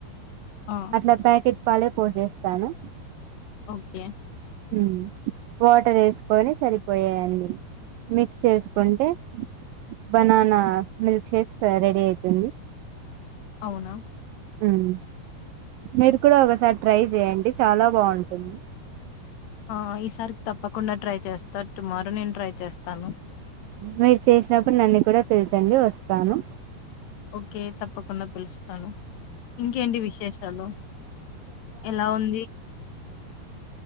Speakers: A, on the left; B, on the right.
A: ఆ!
B: అట్లా ప్యాకెట్ పాలే పోసేస్తాను
A: ఓకే
B: ఉమ్ వాటర్ ఎస్కొని సరిపోయండి మిక్స్ చేసుకుంటే బనానా మిల్క్ షేక్స్ రెడీ అవుతుంది
A: అవునా
B: ఉమ్ మీరు కూడా ఒకసారి ట్రై చేయండి చాలా బాగుంటుంది
A: ఆ ఈసారి తప్పకుండా ట్రై చేస్తా టుమారో నేను ట్రై చేస్తాను
B: మీరు చేసినప్పుడు నన్ను కూడా పలిచండి వస్తాను.
A: ఓకే తప్పకుండా పిలుస్తాను ఇంకేంటి విశేషాలు ఎలా ఉంది.